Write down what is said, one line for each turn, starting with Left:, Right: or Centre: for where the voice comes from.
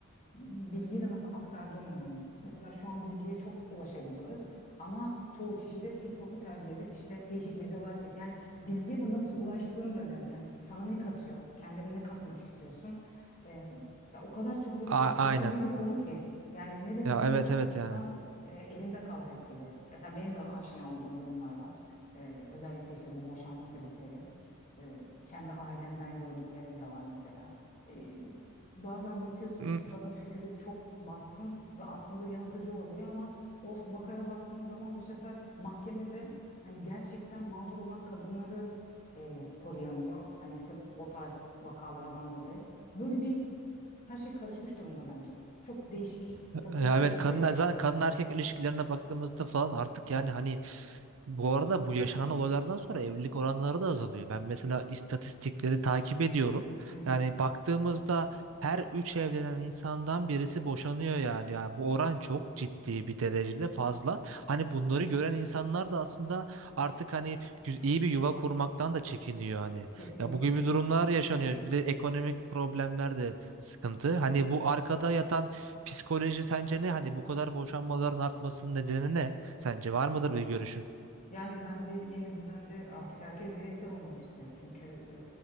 Left: bilgiyi de nasıl aktardığın önemli. Mesela şu an bilgiye çok ulaşabiliyoruz ama çoğu kişi de TikTok'u tercih edip işte değişik videolar çek. Yani bilgiye de nasıl ulaştığın da önemli. Yani sana ne katıyor, kendine ne katmak istiyorsun? Ee, ya o kadar çok böyle
Right: A-
Left: çetrefilli
Right: aynen.
Left: bir konu ki. Yani neresinden
Right: Ya evet
Left: Evet,
Right: evet
Left: tutsan
Right: yani.
Left: e, elinde kalacak gibi. Mesela benim de aşina olduğum durumlar var. E, özellikle işte bu boşanma sebepleri. E, kendi ailemden gördüklerim de var mesela. E, bazen bakıyorsun
Right: Hı,
Left: işte kadın fikri çok baskın ve aslında yanıltıcı olabiliyor ama o vakaya baktığın zaman bu sefer mahkemede hani gerçekten mağdur olan kadınları e, koruyamıyor. Hani sırf o tarz vakalardan dolayı. Böyle bir her şey karışmış durumda bence. Çok değişik, çok
Right: Ya
Left: değişik
Right: evet
Left: bir
Right: kadın
Left: süreçte.
Right: zaten kadın erkek ilişkilerine baktığımızda falan artık yani hani Bu arada bu yaşanan olaylardan sonra evlilik oranları da azalıyor. Ben mesela istatistikleri takip ediyorum.
Left: Hı hı,
Right: Yani baktığımızda her üç evlenen insandan birisi boşanıyor yani. Yani bu oran çok ciddi bir derecede fazla. Hani bunları gören insanlar da aslında artık hani gü- iyi bir yuva kurmaktan da çekiniyor hani.
Left: kesinlikle.
Right: Ya bu gibi durumlar yaşanıyor. Bir de ekonomik problemler de sıkıntı. Hani bu arkada yatan psikoloji sence ne? Hani bu kadar boşanmaların artmasının nedeni ne? Sence var mıdır bir görüşün?
Left: Yani bence yeni düzende artık herkes bireysel olmak istiyor. Çünkü e,